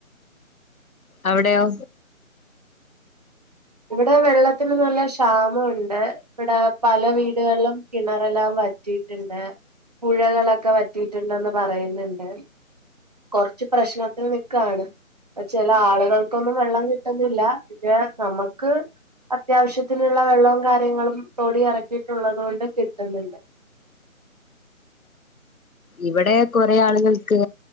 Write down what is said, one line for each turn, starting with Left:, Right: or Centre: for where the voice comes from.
Left: അവിടെയോ
Right: ഇവിടെ വെള്ളത്തിന് നല്ല ക്ഷാമൊ ണ്ട് ഇവിടെ പല വീടുകളിലും കിണറല്ലാം വറ്റീട്ടുണ്ട് പുഴകളൊക്കെ വറ്റീട്ടുണ്ടെന്ന് പറയുന്നുണ്ട് കൊറച്ച് പ്രശ്നത്തിൽ നിക്കാണ് ചെല ആളുകൾക്കൊന്നും വെള്ളം കിട്ടന്നില്ല പിന്നെ നമ്മക്ക് അത്യാവശ്യത്തിനുള്ള വെള്ളവും കാര്യങ്ങളും തൊടി ഇറക്കിയിട്ടുള്ളത് കൊണ്ട് കിട്ടുന്നുണ്ട്
Left: ഇവിടെ കുറേ ആളുകൾക്ക്